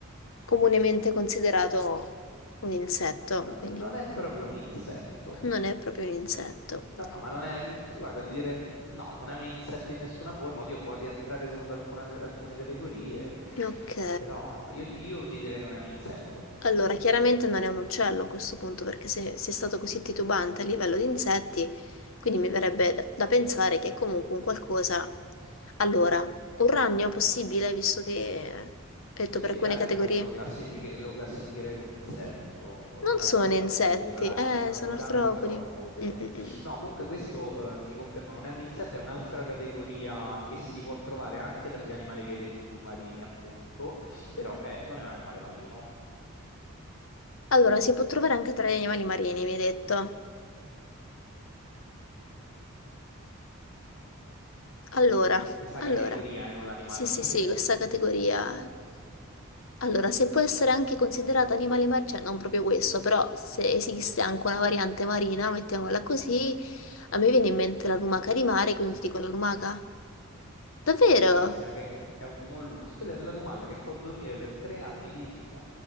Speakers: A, on the left; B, on the left.
A: comunemente considerato un insetto,
B: No,
A: quindi
B: non è proprio un insetto.
A: non è proprio un insetto.
B: No, ma non è... Guarda, ti direi... No, non è un insetto in nessuna forma. Oddio, può rientrare secondo alcuna- alcune categorie.
A: Ok.
B: Però io, io ti direi non è un insetto.
A: Allora, chiaramente non è un uccello a questo punto, perché se, se è stato così titubante a livello di insetti, quindi mi verrebbe da da pensare che è comunque un qualcosa. Allora, un ragno possibile, visto che ho detto per
B: Il
A: alcune
B: ragno
A: categorie.
B: io lo, lo classifiche- lo classificherei come insetto, o
A: Non
B: un artropode
A: sono insetti,
B: il ragno,
A: eh,
B: è
A: sono
B: un
A: artropodi.
B: artropode.
A: Mm, mm, mm.
B: No, comunque questo eh, ti confermo, non è un insetto, è un'altra categoria che si può trovare anche tra gli animali che hai detto tu, marini, appunto, però è- non è un animale marino.
A: Allora, si può trovare anche tra gli animali marini, mi hai detto. Allora,
B: Questa
A: allora,
B: categoria è non l'animale
A: sì,
B: in
A: sì,
B: sé.
A: sì, questa categoria. Allora, se può essere anche considerata animale marciano, non proprio questo, però se esiste anche una variante marina, mettiamola così, a me viene in mente la lumaca di mare, quindi ti dico la lumaca. Davvero?
B: Bravissima, che è un mollusco ed è la lumaca che può dormire per tre anni di fila.